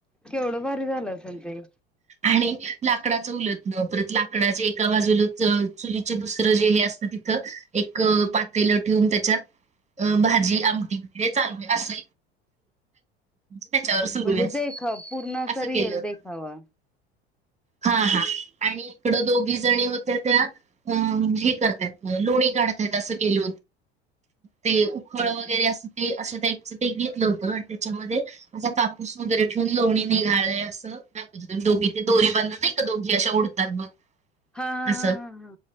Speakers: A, in the centre; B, on the right (about 20°).
A: केवढं भारी झालं असेल ते
B: आणि लाकडाचं उलत न परत लाकडा जे एका बाजूला चुलीचे दुसरं जे हे असतं तिथं एक पातेल ठेवून त्याच्यात अ भाजी आमटी वगैरे चालू आहे असं त्याच्यावर सुरू
A: म्हणजे
B: आहे
A: देखाव पूर्ण
B: असं
A: स रि
B: केलं
A: येल
B: होतं.
A: देखावा
B: हा हा आणि इकड दोघी जणी होत्या त्या अ हे करतायत लोणी काढताय असं गेल ते फळ
A: अ
B: वगैरे असं ते अशा टाईपच ते घेतलं होतं आणि त्याच्यामध्ये असा कापूस वगैरे ठेवून लोणी निघाले असं दाखवत होत्या दोघी ते दोरी बन एक दोघी अशा उडतात मग
A: हा हा
B: अस
A: हा हा हा